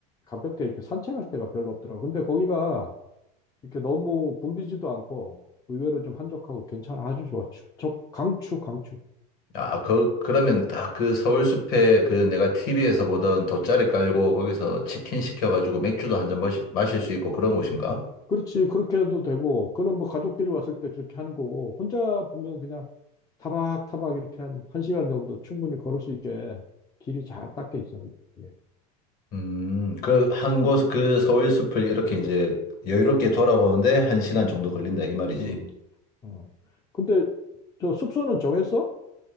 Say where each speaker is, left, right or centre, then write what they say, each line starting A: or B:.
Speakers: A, on the left (about 20°); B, on the left (about 50°).
A: 가볍게 이렇게 산책할 데가 별로 없더라고. 근데 거기가 이렇게 너무 붐비지도 않고 의외로 좀 한적하고 괜찮아. 아주 좋아. 축, 적, 강추, 강추.
B: 아, 그, 그러면 딱
A: 음,
B: 그 서울숲에 그 내가 TV에서 보던 돗자리 깔고
A: 음.
B: 거기서 치킨 시켜가지고 맥주도 한 잔 마실 수 있고 그런 곳인가?
A: 그렇지. 그렇게 해도 되고, 그는 뭐 가족끼리 왔을 때 그렇게 하는 거고, 혼자 보면 그냥 타박타박 이렇게 한, 한 시간 정도 충분히 걸을 수 있게 길이 잘 닦여 있어. 그게.
B: 음, 그, 한 곳, 그 서울 숲을 이렇게 이제 여유롭게 돌아보는데 한 시간 정도 걸린다,
A: 음,
B: 이 말이지.
A: 음, 어. 근데 저 숙소는 정했어?